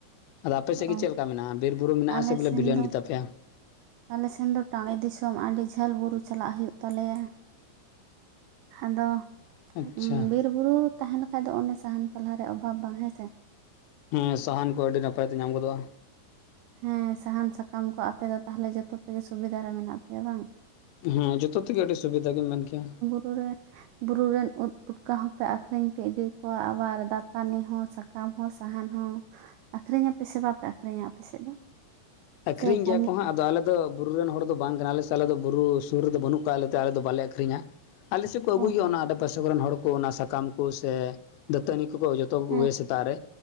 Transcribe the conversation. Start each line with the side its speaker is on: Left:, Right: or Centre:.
Left: ᱟᱫᱚ ᱟᱯᱮ ᱥᱮᱫ ᱜᱮ
Right: ᱚ
Left: ᱪᱮᱫ ᱞᱮᱠᱟ ᱢᱮᱱᱟᱜᱼᱟ ᱵᱤᱨ ᱵᱩᱨᱩ ᱢᱮᱱᱟᱜᱼᱟᱥᱮ
Right: ᱟᱞᱮ
Left: ᱵᱚᱞᱮ
Right: ᱥᱮᱱ
Left: ᱵᱤᱞᱤᱭᱚᱱ
Right: ᱫᱚ
Left: ᱜᱮᱛᱟ ᱯᱮᱭᱟ
Right: ᱟᱞᱮ ᱥᱮᱱ ᱫᱚ ᱴᱟᱬᱮ ᱫᱤᱥᱚᱢ ᱟᱹᱰᱤ ᱡᱷᱟᱹᱞ ᱵᱩᱨᱩ ᱪᱟᱞᱟᱜ ᱦᱩᱭᱩᱜ ᱛᱟᱞᱮᱭᱟ ᱟᱫᱚ ᱵᱤᱨ
Left: ᱟᱪᱪᱷᱟ
Right: ᱵᱤᱨ ᱵᱩᱨᱩ ᱛᱟᱦᱮᱸ ᱞᱮᱱᱠᱟᱱ ᱫᱚ ᱚᱱᱮ ᱥᱟᱦᱟᱱ ᱯᱟᱞᱦᱟ ᱨᱮ ᱚᱵᱷᱟᱵᱽ ᱵᱟᱝ ᱦᱮᱸ ᱥᱮ
Left: ᱦᱮᱸ ᱥᱟᱦᱟᱱ ᱠᱚ ᱟᱹᱰᱤ ᱱᱟᱯᱟᱭ ᱛᱮ ᱧᱟᱢ ᱜᱚᱫᱚᱜᱼᱟ
Right: ᱦᱮᱸ ᱥᱟᱦᱟᱱ ᱥᱟᱠᱟᱢ ᱠᱚ ᱟᱯᱮ ᱫᱚ ᱛᱟᱦᱚᱞᱮ ᱡᱚᱛᱚ ᱛᱮᱜᱮ ᱥᱩᱵᱤᱫᱷᱟ ᱨᱮ ᱢᱮᱱᱟᱜ ᱯᱮᱭᱟ ᱵᱟᱝ
Left: ᱦᱮᱸ ᱡᱚᱛᱚ ᱛᱮᱜᱮ ᱟᱹᱰᱤ ᱥᱩᱵᱤᱫᱷᱟ ᱜᱮᱢ ᱢᱮᱱ ᱠᱮᱭᱟ
Right: ᱯᱩᱨᱮᱟ ᱵᱩᱨᱩ ᱨᱮᱱ ᱩᱫ ᱯᱩᱴᱠᱟ ᱦᱚᱸᱯᱮ ᱟᱹᱠᱷᱨᱤᱧ ᱯᱮ ᱤᱫᱤ ᱠᱚᱣᱟ ᱟᱵᱟᱨ ᱫᱟᱛᱟᱱᱤ ᱦᱚᱸ ᱥᱟ ᱥᱟᱠᱟᱢ ᱦᱚᱸ ᱥᱟᱦᱟᱱ ᱦᱚᱸ ᱟᱹᱠᱷᱨᱤᱧᱟᱯᱮ ᱥᱮ ᱵᱟᱯᱮ ᱟᱹᱠᱷᱨᱤᱧᱟ ᱟᱯᱮ ᱥᱮᱫ ᱫᱚ
Left: ᱟᱹᱠᱷᱨᱤᱧ
Right: ᱥᱮ ᱠᱟᱹᱢᱤ
Left: ᱜᱮᱭᱟ ᱠᱚ ᱦᱟᱸᱜ ᱟᱫᱚ ᱟᱞᱮ ᱫᱚ ᱵᱩᱨᱩ ᱨᱮᱱ ᱦᱚᱲ ᱫᱚ ᱵᱟᱝ ᱠᱟᱱᱟ ᱞᱮ ᱥᱮ ᱟᱞᱮᱫ ᱫᱚ ᱵᱩᱨᱩ ᱥᱩᱨ ᱨᱮᱫᱚ ᱵᱟᱹᱱᱩᱜ ᱠᱟᱜ ᱞᱮᱛᱮ ᱟᱞᱮ ᱫᱚ ᱵᱟᱞᱮ ᱟᱹᱠᱷᱨᱤᱧᱟ ᱟᱞᱮ ᱥᱮᱫ ᱠᱚ
Right: ᱚ
Left: ᱟᱹᱜᱩᱭ ᱜᱮᱭᱟ ᱚᱱᱟ ᱟᱰᱮᱯᱟᱥᱮ ᱠᱚᱨᱮᱱ ᱦᱚᱲ ᱠᱚ ᱚᱱᱟ ᱥᱟᱠᱟᱢ ᱠᱚ ᱥᱮ ᱫᱟᱹᱛᱟᱹᱱᱤ ᱠᱚᱠᱚ ᱡᱚᱛᱚ ᱠᱚᱜᱮ
Right: ᱦᱮᱸ
Left: ᱥᱮᱛᱟᱜ ᱨᱮ